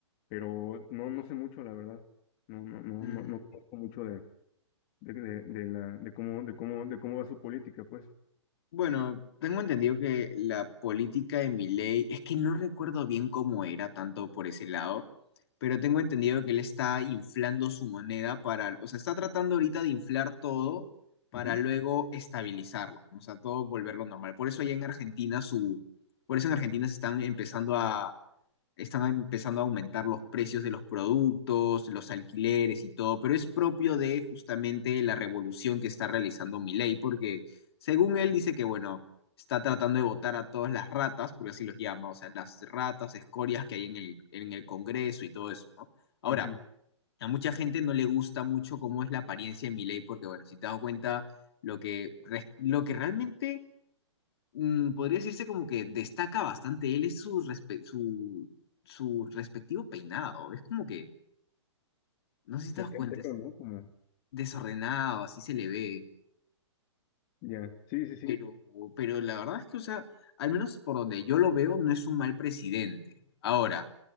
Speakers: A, on the left (about 35°); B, on the left (about 55°).
A: pero no, no sé mucho, la verdad. No, no, no,
B: Mm,
A: no, no conozco mucho de, de, de, de la, de cómo, de cómo, de cómo va su política, pues.
B: Bueno, tengo entendido que la política de Milei, es que no recuerdo bien cómo era tanto por ese lado, pero tengo entendido que él está inflando su moneda para, o sea, está tratando ahorita de inflar todo para
A: Ujú,
B: luego estabilizarlo, ¿no? O sea, todo volverlo normal. Por eso allá en Argentina su, por eso en Argentina se están empezando a están empezando a aumentar los precios de los productos, los alquileres y todo, pero es propio de justamente la revolución que está realizando Milei, porque según él dice que, bueno, está tratando de votar a todas las ratas, porque así los llama, o sea, las ratas, escorias que hay en el, en el Congreso y todo eso, ¿no? Ahora,
A: ujú.
B: a mucha gente no le gusta mucho cómo es la apariencia de Milei, porque, bueno, si te das cuenta, lo que, re- lo que realmente mm, podría decirse como que destaca bastante él es su, respe- su, su respectivo peinado. Es como que, no sé si te
A: Se
B: das
A: te
B: cuenta,
A: entero,
B: es
A: ¿no? Como,
B: desordenado, así se le ve.
A: ya. Sí, sí, sí.
B: Pero, pero la verdad es que, o sea, al menos por donde yo lo veo, no es un mal presidente. Ahora,